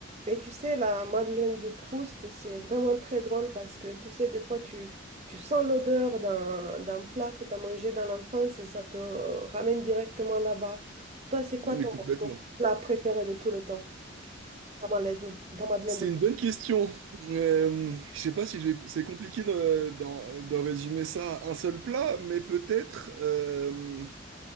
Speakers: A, on the right; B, on the right.
A: Et tu sais, la Madeleine de Proust, c'est vraiment très drôle parce que tu sais, des fois, tu, tu sens l'odeur d'un, d'un plat que tu as mangé dans l'enfance et ça te euh, ramène directement là-bas. Toi, c'est quoi
B: Mais
A: ton,
B: complètement.
A: ton plat préféré de tous les temps, ta Madeleine, ta Madeleine
B: C'est
A: de Proust?
B: une bonne question. Euh, je sais pas si je vais... C'est compliqué de- d'en d'en résumer ça à un seul plat, mais peut-être... euh,